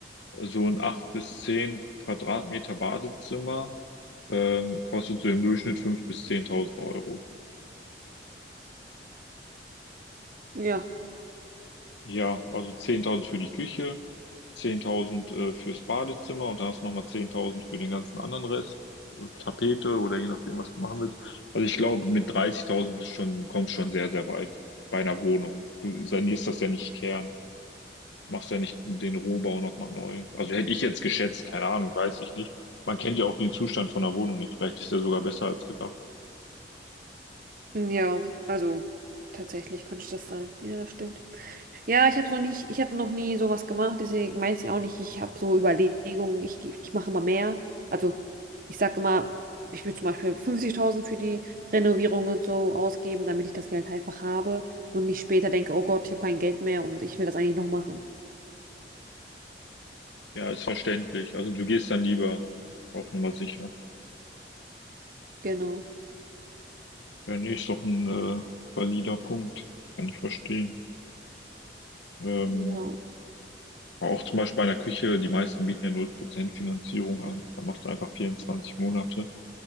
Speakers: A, on the left; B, on the right.
A: so ein 8 bis 10 Quadratmeter Badezimmer ähm, kostet so im Durchschnitt 5.000 bis 10.000 Euro.
B: Ja.
A: Ja, also 10.000 für die Küche, 10.000 äh, fürs Badezimmer und dann hast du nochmal zehntausend für den ganzen anderen Rest, Tapete oder je nachdem, was du machen willst. Also ich glaube, mit 30.000 bist schon, kommst schon sehr, sehr weit bei einer Wohnung. Du sanierst das ja nicht Kern. machst ja nicht den Rohbau nochmal neu. Also hätte ich jetzt geschätzt, keine Ahnung, weiß ich nicht. Man kennt ja auch den Zustand von der Wohnung nicht. Vielleicht ist der sogar besser als gedacht.
B: Ja, also tatsächlich könnte das sein. Ja, das stimmt. Ja, ich habe noch nicht, ich habe noch nie sowas gemacht, deswegen weiß ich auch nicht, ich habe so Überlegungen, ich, geh- ich mache immer mehr. Also ich sage immer, ich würde zum Beispiel 50.000 für die Renovierung und so ausgeben, damit ich das Geld einfach habe und nicht später denke, oh Gott, ich habe kein Geld mehr und ich will das eigentlich noch machen.
A: Ja, ist verständlich. Also du gehst dann lieber auf Nummer sicher.
B: Genau.
A: Ja, nee, ist doch ein äh, valider Punkt. Kann ich verstehen. Ähm,
B: Ja.
A: aber auch zum Beispiel bei einer Küche, die meisten bieten ja null Prozent Finanzierung an. Da machst du einfach 24 Monate.